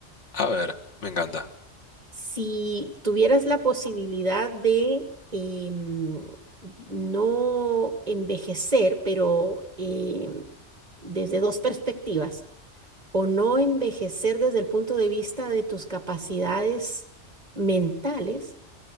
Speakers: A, on the left; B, on the right.
A: a ver, me encanta.
B: Si tuvieras la posibilidad de em, no envejecer, pero em, desde dos perspectivas, o no envejecer desde el punto de vista de tus capacidades mentales,